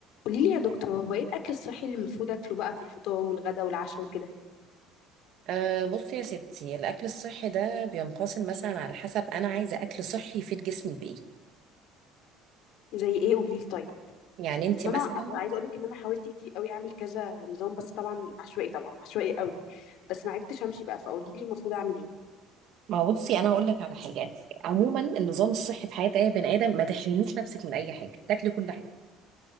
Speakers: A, on the left; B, on the right.
A: قولي لي يا دكتور هو ايه الاكل الصحي اللي المفروض اكله بقى في الفطار والغدا والعشاء وكده
B: أه بصي يا ستي الأكل الصحي ده بينقسم مثلا على حسب أنا عايزة أكل صحي يفيد جسمي بإيه
A: زي ايه قولي لي طيب
B: يعني أنت
A: بس
B: مثلا
A: انا عايزه اقول لك ان انا حاولت كتير قوي اعمل كذا نظام بس طبعا عشوائي طبعا عشوائي قوي بس ما عرفتش امشي بقى فقولي لي المفروض اعمل ايه
B: ما هو بصي أنا هقول لك على حاجة يعني عموما النظام الصحي في حياة أي بني آدم ما تحرميش نفسك من أي حاجة تاكلي كل حاجة